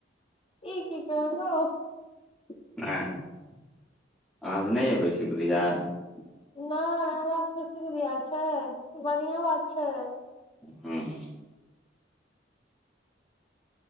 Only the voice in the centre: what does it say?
हँ। <unintelligible> अहाँसँ नई अय बुधियार। <unintelligible>
हँ। <unintelligible>